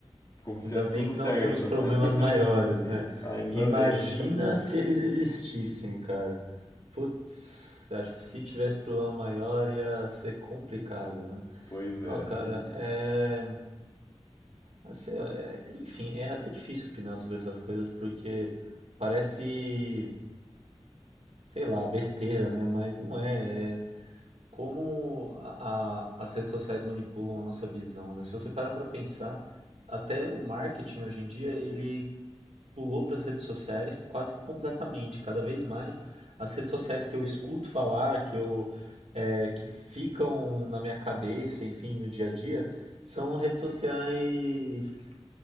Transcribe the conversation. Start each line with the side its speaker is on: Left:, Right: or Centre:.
Left: como se
Right: Ainda
Left: tivesse
Right: bem
Left: tudo
Right: que
Left: certo,
Right: não temos problemas
Left: né?
Right: maiores,
Left: <laughs>
Right: né?
Left: Ainda
Right: Imagina
Left: bem.
Right: se eles existissem, cara. Putz, acho que se tivesse problema maior ia ser complicado, né?
Left: Pois é.
Right: Ó, cara, é, assim, ó, é- Enfim, é até difícil opinar sobre essas coisas porque parece, sei lá, besteira, né? Mas não é. É como a- a- as redes sociais manipulam a nossa visão, né? Se você parar pra pensar, até o marketing hoje em dia, ele pulou para as redes sociais quase que completamente. Cada vez mais, as redes sociais que eu escuto falar, que eu é, que ficam na minha cabeça, enfim, no dia a dia, são redes sociais,